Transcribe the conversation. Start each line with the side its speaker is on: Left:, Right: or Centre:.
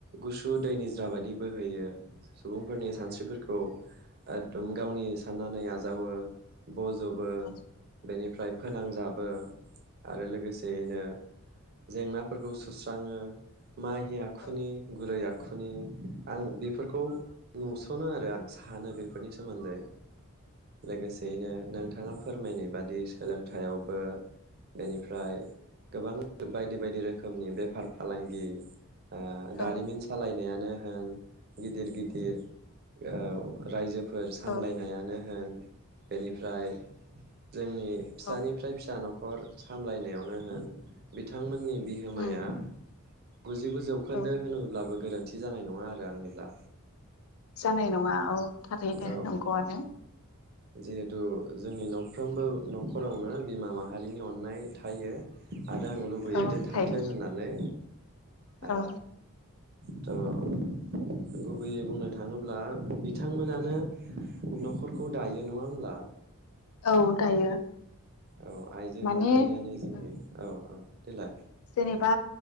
Right: गुस उ दै निज्रा बायदि बोहैयो। सुबुंफोरनि
Left: औ
Right: सानस्रिफोरखौ एकदम गावनि
Left: औ
Right: साननानै आ जावो। बज'बो।
Left: औ
Right: बेनिफ्राय फोनांजाब बो आरो लोगोसेयैनो जेंनाफोरखौ सुस्राङो माहि आखुनि
Left: औ
Right: गुरै आ- खुनि आं बेफोरखौ नुसनो आरो आं सानो बे- फोरनि सोमोन्दै लोगोसेयैनो नों- फोरमायनाय बादि सोलोंथायावबो बेनिफ्राय गोबां बाय- दि -बायदि रोखोमनि बेफार फालांगि आ दारिमिन
Left: औ
Right: सालायनायानो ओं गिदिर-गिदिर अ रायजो- फोर सामलायनायानो
Left: औ
Right: होन बेनिफ्राय जोंनि फिसानिफ्राय
Left: औ
Right: फिसा न- खर सामलायनायावनो होन बिथांमोननि बिहोमाया
Left: उम
Right: गुजिगु जौखोन्दो
Left: औ
Right: होनोब्लाबो गोरोन्थि जानाय नङा आरो आंनिब्ला
Left: जानाय नङा औ थारैनो
Right: औ
Left: नंगौ आनो
Right: जिहेथु जोंनि नफ्रोमबो नखरावनो बिमा माहारिनि अननाय थायो आरो आं लुबैयो
Left: औ
Right: जे थाथों
Left: थायो
Right: होननानै ओ
Left: औ
Right: द--््् गुबैयै बुंनो थाङोब्ला बिथांमोनानो नखरखौ दायो नङा होमब्ला
Left: औ दायो
Right: औ आइजो
Left: माने
Right: माहारियानो जोंनि
Left: ओं
Right: औ औ देलाय
Left: जेनेबा